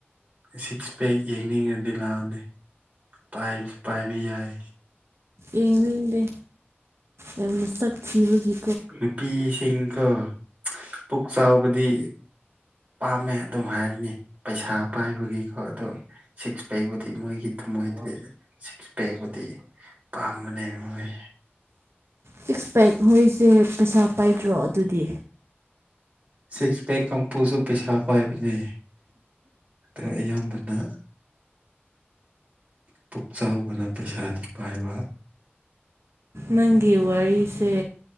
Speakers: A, on the right; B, on the right.
A: ꯁꯤꯛꯁ ꯄꯦꯛ ꯌꯦꯡꯅꯤꯡꯉꯗꯤ ꯂꯥꯛꯑꯣꯅꯦ꯫ ꯄꯥꯏꯁꯨ ꯄꯥꯏꯕ ꯌꯥꯏ
B: ꯌꯦꯡꯅꯤꯡꯗꯦ ꯌꯥꯝꯅ ꯁꯛ ꯊꯤꯕꯒꯤ꯫
A: ꯅꯨꯄꯤꯁꯤꯡꯀꯣ ꯄꯨꯛ ꯆꯥꯎꯕꯗꯤ ꯄꯥꯝꯃꯦ ꯑꯗꯨꯝ ꯍꯥꯏꯕꯅꯤ ꯄꯩꯁꯥ ꯄꯥꯏꯕꯒꯤꯀꯣ ꯑꯗꯣ ꯁꯤꯛꯁ ꯄꯦꯛꯕꯨꯗꯤ ꯃꯣꯏꯒꯤ ꯊꯝꯃꯣꯏꯗꯨꯗꯤ ꯁꯤꯛꯁ ꯄꯦꯛꯕꯨꯗꯤ ꯄꯝꯕꯅꯦ ꯃꯣꯏ
B: ꯁꯤꯛꯁ ꯄꯦꯛ ꯍꯣꯏꯁꯦ ꯄꯩꯁꯥ ꯄꯥꯏꯗ꯭ꯔꯣ ꯑꯗꯨꯗꯤ
A: ꯁꯤꯛꯁ ꯄꯦꯛ ꯀꯥꯡꯄꯨꯁꯨ ꯄꯩꯁꯥ ꯄꯥꯏꯕꯅꯦ ꯑ ꯑꯌꯥꯝꯕꯅ ꯄꯨꯛ ꯆꯥꯎꯕꯅ ꯄꯩꯁꯥꯗꯤ ꯄꯥꯏꯕ
B: ꯅꯪꯒꯤ ꯋꯥꯔꯤꯁꯦ